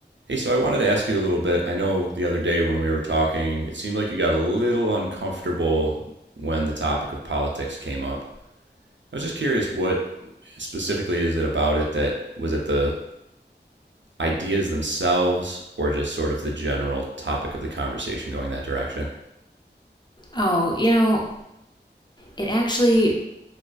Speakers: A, on the right (about 80°); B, on the left (about 25°).
A: Hey, so I wanted to ask you a little bit. I know the other day when we were talking, it seemed like you got a little uncomfortable when the topic of politics came up. I was just curious what specifically is it about it that was it the ideas themselves or just sort of the general topic of the conversation going that direction?
B: Oh, you know, it actually